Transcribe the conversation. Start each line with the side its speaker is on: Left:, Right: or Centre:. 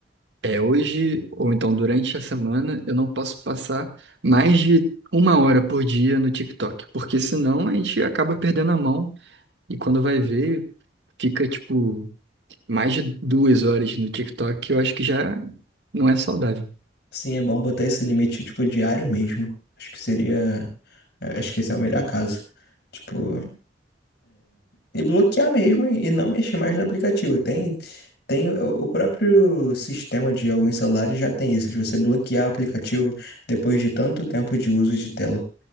Right: é hoje, ou então durante a semana, eu não posso passar mais de uma hora por dia no TikTok, porque senão a gente acaba perdendo a mão E quando vai ver, fica tipo mais de duas horas no TikTok, eu acho que já não é saudável.
Left: Sim, é bom botar esse limite, tipo, diário mesmo. Acho que seria. é, Acho que esse é o melhor caso. Tipo, e bloquear mesmo e e não mexer mais no aplicativo. Tem, tem o o próprio sistema de alguns celulares já tem isso, de você bloquear o aplicativo depois de tanto tempo de uso de tela.